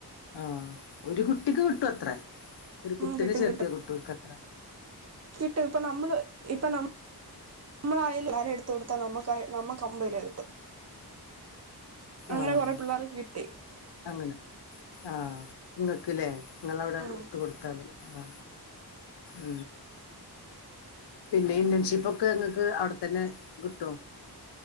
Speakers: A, on the left; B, on the right.
A: ആ ഒരു കുട്ടിക്ക് കിട്ടും അത്ര ഒരു കുട്ടിനെ
B: ഉം കിട്ടും
A: ചേർത്ത കിട്ടും അത്ര
B: കിട്ടും ഇപ്പൊ നമ്മൾ ഇപ്പ നമ്മളായാലും ആരുംഎടുത്ത കൊടുത്ത നമ്മുക്ക് നമ്മുക്ക് അമ്പത് രൂപ കിട്ടും അങ്ങനെ
A: ആഹ്
B: കുറെ പിള്ളേർക്ക് കി
A: അങ്ങനെ ആ നിങ്ങൾക്കില്ലേ നിങ്ങൾവിടെ എടുത്ത്
B: ആഹ്
A: കൊടുത്താൽ ആ ഉം പിന്നെ ഇന്റേൺഷിപ്പ് ഒക്കെ നിങ്ങൾക്ക് അവിടെത്തന്നെ കിട്ടോ